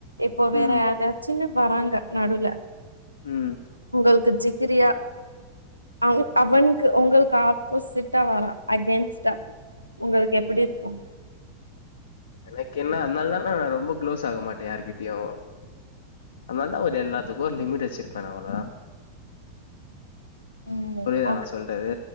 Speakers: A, on the right; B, on the left.
A: இப்ப வேற
B: ம்
A: யாராச்சின்னு வராங்க நடுவுல
B: ம்
A: உங்களுக்கு ஜிகிரியா அவன் அவனுக்கு உங்களுக்கு ஆப்போசிட்டா வரான் அகென்ஸ்டா உங்களுக்கு எப்படி இருக்கும்
B: எனக்கு என்ன அதனால தான நா ரொம்ப க்ளோஸ் ஆகமாட்டே யாருகிட்டயும் அதனால தான் ஒரு எல்லாத்துக்கும் லிமிட் வச்சிருப்பேன் நா அவ்ளோதான்
A: ம்
B: புரியுதா
A: ஓகே
B: நா சொல்றது